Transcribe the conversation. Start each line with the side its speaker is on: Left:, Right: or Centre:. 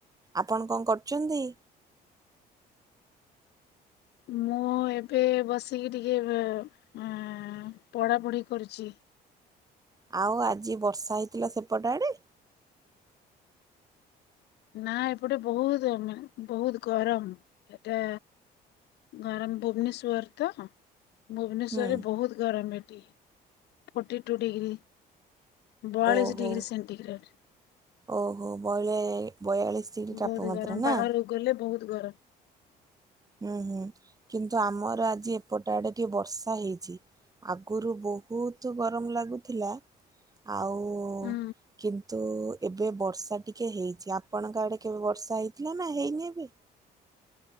Right: ଆପଣ କଣ କରୁଚନ୍ତି?
Left: ମୁଁ ଏବେ ବସିକି ଟିକେ ବେ ଆଁ ପଢ଼ାପଢ଼ି କରୁଚି।
Right: ଆଉ ଆଜି ବର୍ଷା ହେଇଥିଲା ସେପଟ ଆଡ଼େ?
Left: ନା ଏପଟେ ବହୁତ ଗମ ବହୁତ ଗରମ ଏଟା ଗରମ ଭୁବନେଶ୍ଵର ତ। ଭୁବନେଶ୍ୱରରେ
Right: ହୁଁ
Left: ବହୁତ ଗରମ ଏଠୀ। ଫୋଟି ଟୁ ଡିଗ୍ରୀ ବୟାଳିଶ
Right: ଓହୋ
Left: ଡିଗ୍ରୀ ସେଣ୍ଟିଗ୍ରେଡ।
Right: ଓହୋ ବୟଳେ ବୟାଳିଶ ଡିଗ୍ରୀ ତାପମାତ୍ରା
Left: ବୋହୁତୁ ଗରମ
Right: ନା?
Left: ବାହାରକୁ ଗଲେ ବୋ ବହୁତ ଗରମ।
Right: ହୁଁ ହୁଁ କିନ୍ତୁ ଆମର ଆଜି ଏପଟେ ଆଡେ ଟିକେ ବର୍ଷା ହେଇଚି ଆଗରୁ ବହୁତ ଗରମ ଲାଗୁଥିଲା ଆଉ
Left: ହୁଁ
Right: କିନ୍ତୁ ଏବେ ବର୍ଷା ଟିକେ ହେଇଚି ଆପଣଙ୍କ ଆଡେ କେବେ ବର୍ଷା ହେଇଥିଲା ନା ହେଇନି ଏବେ?